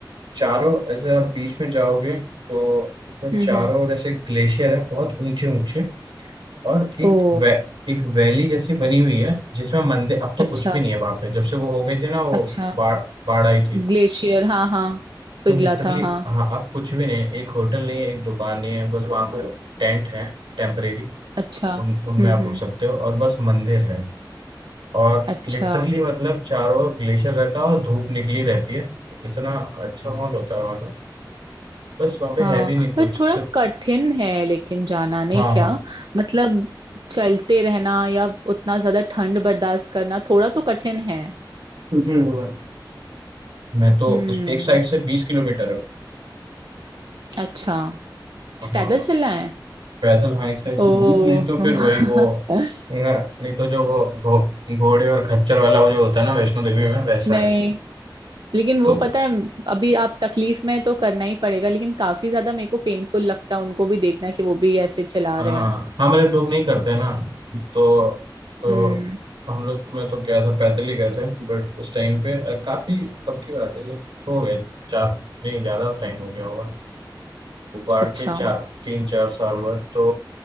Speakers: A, on the right; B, on the right.
A: चारों ऐसे आप बीच में जाओगे तो उसमें
B: हम्म
A: चारों
B: हम्म
A: ओर ऐसे ग्लेशियर है बहुत ऊंचे ऊंचे और एक
B: ओ
A: वै, एक वैली जैसी बनी हुई है जिसमें मंदिर अब तो
B: अच्छा
A: कुछ भी नहीं है वहाँ पे जब से वो हो गई थी ना वो
B: अच्छा
A: बाढ़ बाढ़ आई थी
B: ग्लेशियर हाँ हाँ पिघला
A: तो लिटरली
B: था हाँ
A: हाँ अब कुछ भी नहीं है एक होटल नहीं है एक दुकान नहीं है बस वहाँ पे टेंट है टेम्परेरी
B: अच्छा हम्म
A: उन उनमें आप
B: हम्म
A: रुक सकते हो और बस मंदिर है और
B: अच्छा
A: लिटरली मतलब चारों ओर ग्लेशियर रहता है और धूप निकली रहती है तो इतना अच्छा माहौल होता है वहाँ का बस वहाँ पे
B: हाँ
A: है भी नहीं कुछ
B: पर थोड़ा
A: सिर्फ
B: कठिन है लेकिन जाना नहीं
A: हाँ
B: क्या
A: हाँ
B: मतलब चलते रहना या उतना ज्यादा ठंड बर्दाश्त करना थोड़ा तो कठिन है
A: हम्म मैं तो
B: हम्म
A: उस एक साइड से बीस किलोमीटर है वो
B: अच्छा पैदल
A: हाँ
B: चलना है
A: पैदल हाँ एक साइड से
B: ओ <laughs>
A: बीस नहीं तो
B: हम्म
A: फिर वही वो न- नहीं तो जो वो घो, घोड़े और खच्चर वाला वो जो होता है ना वैष्णो देवी में वैसा
B: नहीं
A: है
B: लेकिन वो
A: तो
B: पता है अभी आप तकलीफ में हैं तो करना ही पड़ेगा लेकिन काफी ज्यादा मेरे को पेनफुल लगता है उनको भी देखना कि वो भी ऐसे चला
A: हाँ
B: रहे हैं
A: हाँ हम लोग लोग नहीं करते ना तो तो
B: हम्म
A: हम लोग में तो क्या था पैदल ही गए थे बट उस टाइम पे अ, काफी कब की बात है ये हो गए चार नहीं ज्यादा टाइम हो गया होगा उबाड़
B: अच्छा
A: के चार तीन चार साल बाद तो